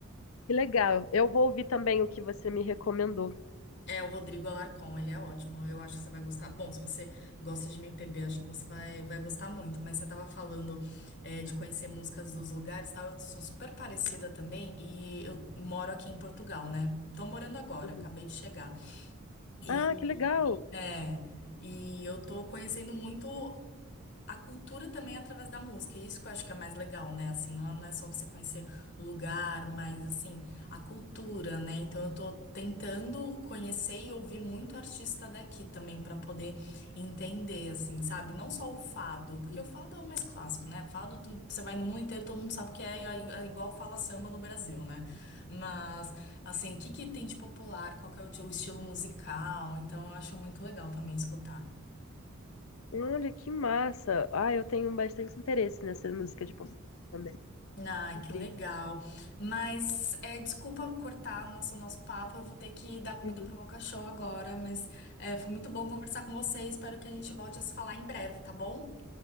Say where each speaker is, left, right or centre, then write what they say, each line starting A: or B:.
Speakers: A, on the left; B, on the left.
A: Que legal. Eu vou ouvir também o que você me recomendou.
B: É, o Rodrigo Alarcon, ele é ótimo. Eu acho que você vai gostar. Bom, se você gosta de MPB, acho que você vai, vai gostar muito. Mas você tava falando, é, de conhecer músicas dos lugares, e tal. Eu sou super parecida também e eu moro aqui em Portugal, né? Tô morando agora,
A: Uhum.
B: acabei de chegar. E,
A: Ah, que legal.
B: é, e eu tô conhecendo muito. A cultura também é através da música, é isso que eu acho que é mais legal, né? Assim, não é não é só você conhecer o lugar, mas assim, a cultura, né? Então eu tô tentando conhecer e ouvir muito artista daqui também pra poder entender, assim, sabe? Não só o fado, porque
A: Uhum.
B: o fado é o mais clássico, né? Fado, tu- você vai no mundo inteiro, todo mundo sabe o que é, é é igual fala samba no Brasil, né? Mas, assim, o que que tem de popular? Qual que é o teu estilo musical? Então eu acho muito legal também escutar.
A: Olha, que massa. Ah, eu tenho bastante interesse nessa música de português também.
B: Ah,
A: Incrível.
B: que legal. Mas é, desculpa cortar nosso nosso papo, eu vou ter que dar comida
A: Uhum.
B: pro meu cachorro agora, mas é, foi muito bom conversar com você, espero que a gente volte a se falar em breve, tá bom?